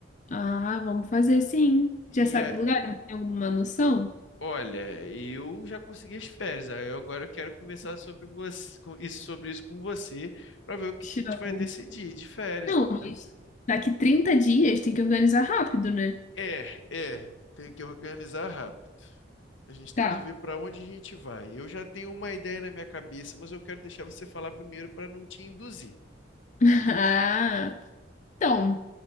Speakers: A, on the left (about 40°); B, on the left (about 80°).
A: Ah, vamos fazer sim. Já
B: E
A: sabe
B: aí,
A: o lugar? Tem alguma noção?
B: olha, eu já consegui as férias, aí eu- agora eu quero conversar sobre você, com isso, sobre isso com você, pra ver o que
A: Show.
B: que a gente vai decidir de férias,
A: Não,
B: entendeu?
A: mas daqui trinta dias tem que organizar rápido, né?
B: É, é, tem que organizar rápido. A gente
A: Tá.
B: tem que ver para onde a gente vai. Eu já tenho uma ideia na minha cabeça, mas eu quero deixar você falar primeiro para não te induzir.
A: <laughs> Ah, então,